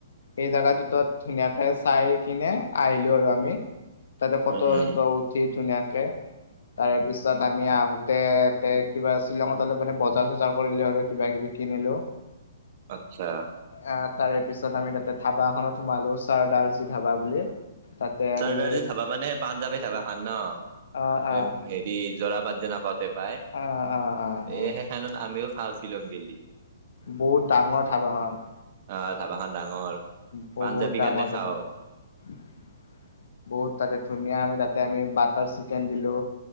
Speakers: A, on the left; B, on the right.
A: এই জোগাটোতত ধুনীয়াকে চাই কিনে আহিলো আৰু আমি। তাতে ফটো
B: উম উম
A: চত উঠি ধুনীয়া কে তাৰে পিছত আমি আহোতে তে কিবা শ্বিলঙত অলপ মানে বজ বজাৰ চজাৰ কৰিলো আৰু কিবা- কিবি কিনিলো
B: আচ্ছা
A: আহ তাৰে পিছত আমি তাতে ধাবাখনত সোমালো চাৰ দালজি ধাবা বুলি। তাতে
B: চাৰটাৰ
A: আমি
B: য চাবা মানে পাঁচ যাবি থাবা এ খখন ন।
A: আহ আহ
B: এ হেৰি জৰা পাত যে নাপাওঁতে পাই
A: আহ আহ আহ
B: এই
A: আহ
B: সেইখনণত আমিও খাচ। শিলং দিলি।
A: বহুত ডাঙৰ ধাবাখন।
B: অ ধাবাখন। ডাঙৰ
A: বহুত
B: পাঞ্জাৱী
A: ডাঙৰ
B: কাৰণে খাওঁ
A: দুটা বহুত তাতে ধুনীয়া আমি তা <unintelligible> আমি বাটাৰ চিকেন দিলো